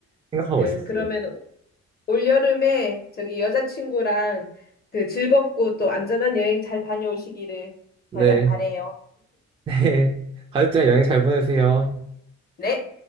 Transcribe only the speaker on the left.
그,
그러면 올여름에 저기 여자친구랑 그 즐겁고 또 안전한 여행 잘 다녀오시기를
바라, 바래요.
네.